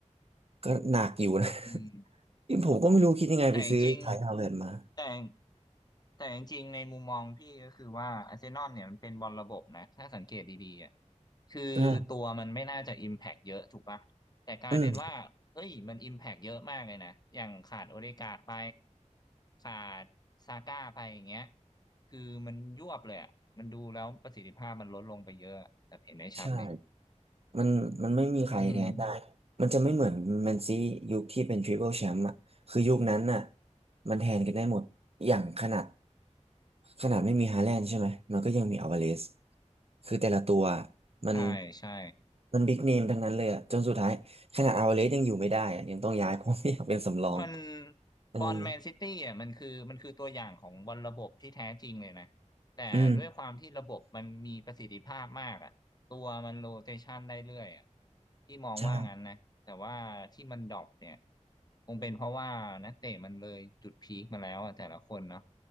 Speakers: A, on the right; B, on the left.
A: ก็หนักอยู่นะ <laughs>
B: อืม
A: นี่ผมก็ไม่รู้คิดยังไงไปซื้อขายดาวเรือนมา
B: แต่จริงๆแต่แต่จริงๆในมุมมองพี่ก็คือว่าอาร์เซนอลเนี่ยมันเป็นบอลระบบนะถ้าสังเกตดีๆอ่ะคือตัวมันไม่น่าจะอิมแพกเยอะถูกปะแต่กลายเป็นว่าเฮ้ยมันอิมแพกเยอะมากเลยนะอย่างขาดโอเดการ์ดไป
A: อ่าอืม
B: ขาดซาก้าไปอย่างเงี้ยคือมันยวบเลยอ่ะมันดูแล้วประสิทธิภาพมันลดลงไปเยอะแบบเห็นได้ชัดเลย
A: ใช่มันมันไม่มีใครแทนได้
B: อืม
A: มันจะไม่เหมือนแมนซียุคที่เป็นทริปเปิลแชมป์อ่ะคือยุคนั้นน่ะมันแทนกันได้หมด อย่างขนาดขนาดไม่มีฮาแลนด์ใช่ไหม มันก็ยังมีอัลวาเรซคือแต่ละตัวมัน
B: ใช่ใช่
A: มันบิ๊กเนมทั้งนั้นเลยอ่ะจนสุดท้ายขนาดอัลวาเรซยังอยู่ไม่ได้อะยังต้องย้าย <laughs> เพราะไม่อยากเป็นสำรอง
B: มัน
A: อืม
B: บอลแมนซิตี้อ่ะมันคือมันคือตัวอย่างของบอลระบบที่แท้จริงเลยนะแต่ด้วยความที่ระบบมันมีประสิทธิภาพมากอ่ะตัวมันโรเตชันได้เรื่อยอ่ะ
A: อืม
B: ที่มองว่างั้นนะแต่ว่าที่มันดรอปเนี่ย
A: ใช่
B: คงเป็นเพราะว่านักเตะมันเลยจุดพีคมาแล้วอ่ะแต่ละคนเนาะ